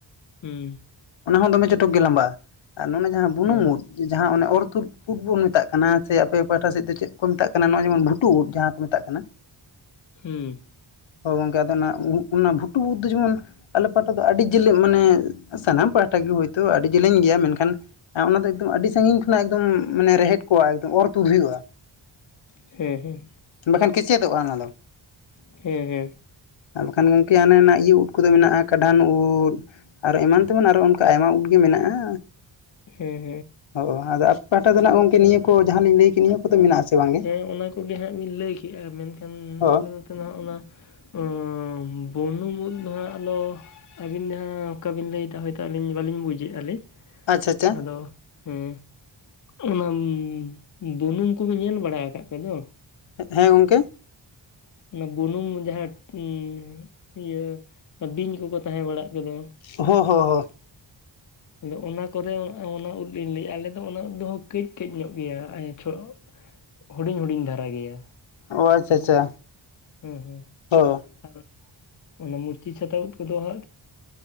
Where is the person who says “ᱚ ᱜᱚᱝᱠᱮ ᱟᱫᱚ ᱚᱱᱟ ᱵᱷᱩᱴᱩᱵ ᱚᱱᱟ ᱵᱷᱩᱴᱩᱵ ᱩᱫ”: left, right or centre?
Left